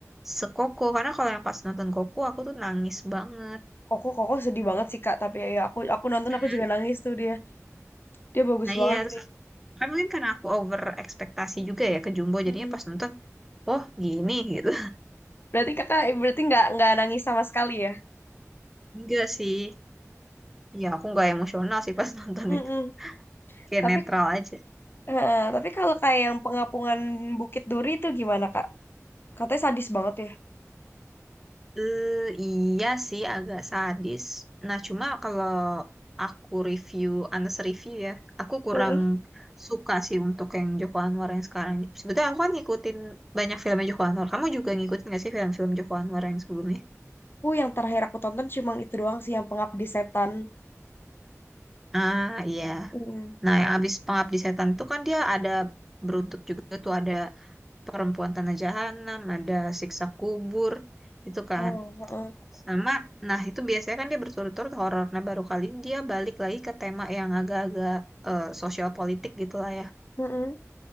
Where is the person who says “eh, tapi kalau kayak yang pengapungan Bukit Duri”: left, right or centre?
Left